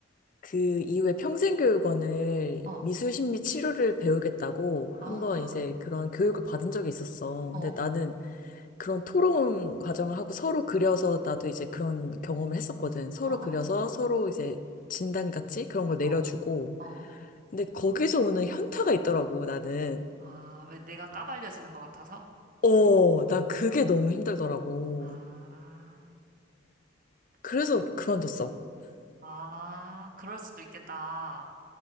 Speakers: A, on the left; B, on the right.
A: 그 이후에 평생교육원을
B: 어.
A: 미술심리 치료를 배우겠다고
B: 아.
A: 한번 이제 그런 교육을 받은 적이 있었어.
B: 어,
A: 근데
B: 어,
A: 나는 그런 토론 과정을 하고 서로 그려서 나도 이제 그런 경험을 했었거든. 서로
B: 어,
A: 그려서 서로 이제 진단같이 그런 걸 내려주고.
B: 어, 어.
A: 근데 거기서 오는 현타가 있더라고, 나는.
B: 아, 왜 내가 까발려지는 것 같아서?
A: 어, 난 그게 너무 힘들더라고.
B: 아,
A: 그래서
B: 그치.
A: 그만뒀어.
B: 아, 그럴 수도 있겠다.